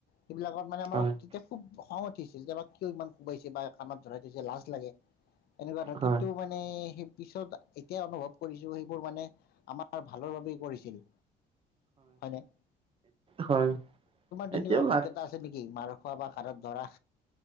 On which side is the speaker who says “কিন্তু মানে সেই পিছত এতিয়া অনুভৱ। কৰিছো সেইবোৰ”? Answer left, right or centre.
Left